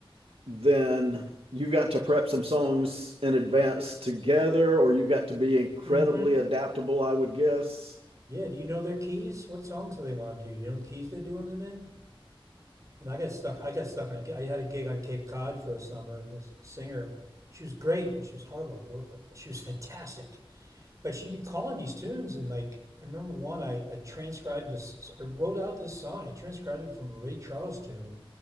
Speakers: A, on the right; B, on the right.
A: then you've got to prep some songs in advance together, or you've got to be incredibly
B: Mm-hmm.
A: adaptable, I would guess.
B: Yeah. Do you know their keys? What songs do they want to do? You know the keys they're doing them in? And I got stuck. I got stuck on. I had a gig on Cape Cod for a summer, and this singer, she was great, but she was horrible to work with. She was fantastic, but she'd be calling these tunes, and like I remember one, I, I transcribed this. I wrote out this song. I transcribed it from a Ray Charles tune